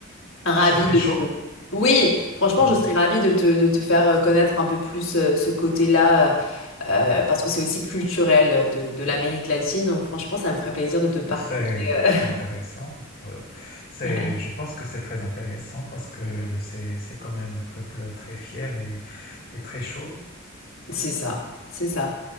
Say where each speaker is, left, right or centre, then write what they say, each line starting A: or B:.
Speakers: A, on the left; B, on the left.
A: ravie
B: C'est très
A: de
B: chaud.
A: te... Oui, franchement,
B: Ouais.
A: je serais ravie de te, de te faire euh, connaître un peu plus euh, ce côté-là, euh, euh, parce que c'est aussi culturel euh, de, de l'Amérique latine, donc franchement, ça me ferait plaisir de te partager.
B: Ouais, C'est,
A: euh,
B: c'est intéressant. Euh, c'est,
A: <laughs>
B: je pense que c'est très intéressant parce que c'est, c'est quand même un peuple très fier et, et très chaud.
A: C'est ça, c'est ça.